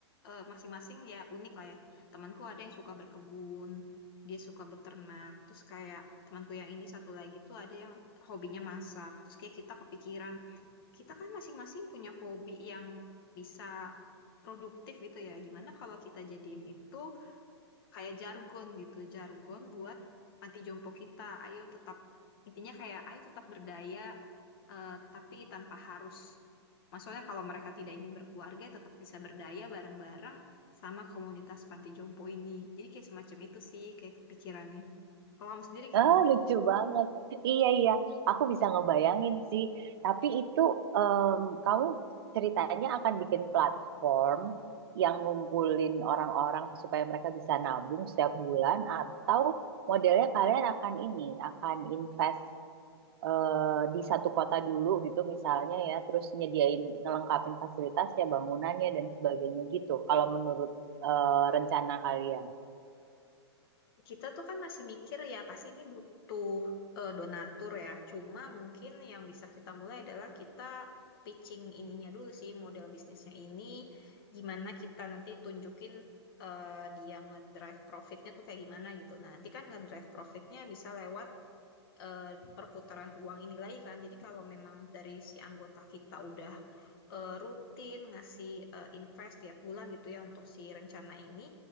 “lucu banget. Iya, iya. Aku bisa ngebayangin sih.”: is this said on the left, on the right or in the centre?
Right